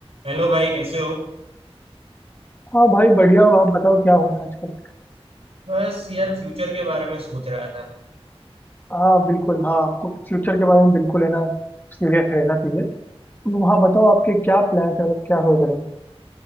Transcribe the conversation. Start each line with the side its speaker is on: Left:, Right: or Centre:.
Right: Hello भाई कैसे हो
Left: हाँ भाई बढ़िया हो आप बताओ क्या हो रहा है आजकल
Right: बस यार फ्यूचर के बारे में सोच रहा था
Left: हाँ बिल्कुल हाँ हमको फ्यूचर के बारे में बिल्कुल है ना सीरियस रहना चाहिए तो हाँ बताओ आपके क्या प्लान्स हैं मतलब क्या सोच रहे हो